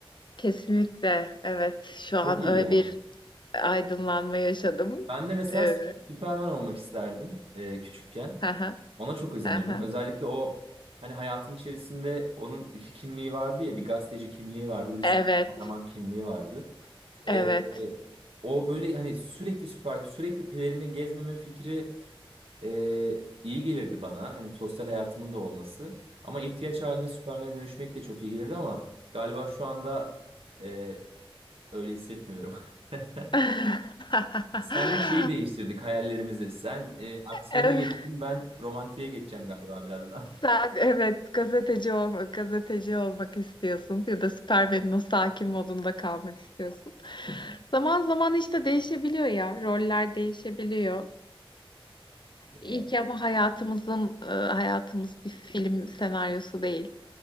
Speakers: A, on the left; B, on the right.
A: Kesinlikle. Evet. Şu an
B: Çok iyi
A: öyle
B: ya.
A: bir aydınlanma yaşadım.
B: Ben de mesela
A: Ee,
B: Sü- Süperman olmak isterdim e, küçükken.
A: <laughs> haha,
B: Ona çok özenirdim.
A: haha.
B: Özellikle o hani hayatın içerisinde onun iki kimliği vardı ya, bir gazeteci kimliği vardı, bir de
A: Evet,
B: süper kahraman kimliği vardı. E,
A: evet.
B: e, o böyle hani sürekli süper sürekli pelerini gezmeme fikri Ee, iyi gelirdi bana. Hani sosyal hayatımın da olması. Ama ihtiyaç halinde Süpermen'e dönüşmek de çok iyi gelirdi ama galiba şu anda e, öyle hissetmiyorum. <laughs>
A: <laughs>
B: Senle şeyi değiştirdik hayallerimizi. Sen e, aksiyona
A: Evet.
B: geçtin, ben romantiğe geçeceğim galiba biraz daha.
A: Sen evet gazeteci olmak, gazeteci olmak istiyorsun ya da Superman'in o sakin modunda kalmak istiyorsun.
B: Hmm.
A: Zaman zaman işte değişebiliyor ya, roller değişebiliyor.
B: Ya,
A: İyi ki
B: Evet,
A: ama hayatımızın e, hayatımız bir film senaryosu değil.